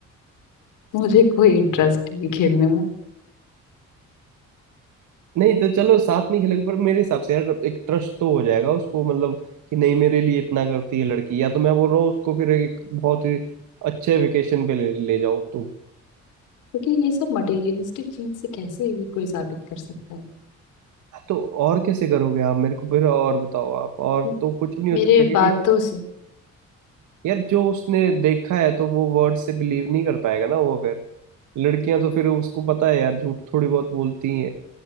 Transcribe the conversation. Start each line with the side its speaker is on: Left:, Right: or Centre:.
Left: मुझे कोई इंटरेस्ट नहीं खेलने में
Right: नहीं तो चलो साथ नहीं खेलेंगे पर मेरे हिसाब से यार एक ट्रस्ट तो हो जाएगा उसको मतलब कि नहीं मेरे लिए इतना करती है लड़की या तो मैं बोल रहा हूँ उसको फिर एक बहुत ही अच्छे वेकेशन पे ले, ले जाओ तुम
Left: क्योंकि ये सब मटेरियलिस्टिक चीज से कैसे भी कोई साबित कर सकता है
Right: तो और कैसे करोगे आप मेरे को फिर और बताओ आप और
Left: म-
Right: तो कुछ भी नहीं
Left: मेरे
Right: हो सकता क्योंकि
Left: बातों से
Right: यार जो उसने देखा है तो वो वर्ड से बिलीव नहीं कर पाएगा ना वो फिर लड़कियां तो फिर उसको पता है यार झूठ थोड़ी बहुत बोलती ही हैं